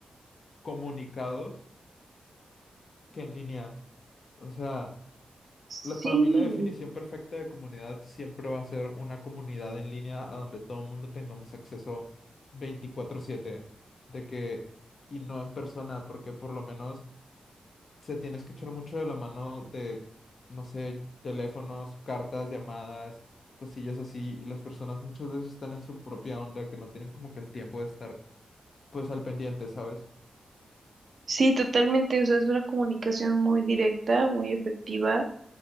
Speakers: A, on the left (about 55°); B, on the right (about 50°).
A: comunicados que en línea. O sea,
B: Sí,
A: la- para mí la definición perfecta de comunidad siempre va a ser una comunidad en línea a donde todo el mundo tengamos acceso 24/7, de que, y no en persona, porque por lo menos se tienes que echar mucho de la mano de, no sé, teléfonos, cartas, llamadas, cosillas así, y las personas muchas veces están en su propia onda, que no tienen como que el tiempo de estar pues al pendiente, ¿sabes?
B: sí, totalmente, o sea, es una comunicación muy directa, muy efectiva.